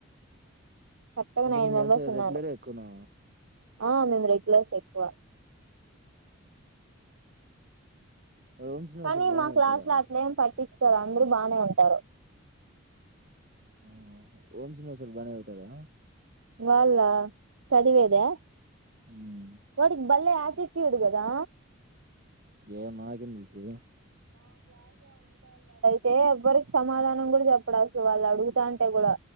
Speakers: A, on the right (about 75°); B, on the right (about 45°).
A: మొత్తం
B: అంటే
A: నైన్
B: మీదంతా
A: మెంబర్స్ ఉన్నారు
B: రెగ్యులరే ఎక్కువనా?
A: ఆ మేము రెగ్యులర్స్ ఎక్కువ
B: వాడు ఓం శ్రీనివాసరావు
A: కానీ
B: బానే
A: మా
B: చదువుతాడా?
A: క్లాస్‌లా అట్లేం పట్టిచుకోరు అందరూ బానే ఉంటారు
B: హ్మ్ ఓం శ్రీనివాస్ సార్ బానే చదువుతాడా
A: వాళ్ల్ళ చదివేదా
B: హ్మ్
A: వాడికి భలే అ టిట్యూడ్ కదా
B: ఏమో మాకేం తెలుసు
A: తే ఎవ్వరికి సమాధానం కూడా చెప్పాడు అసలు వాళ్ళు అడుగుతాంటే కూడా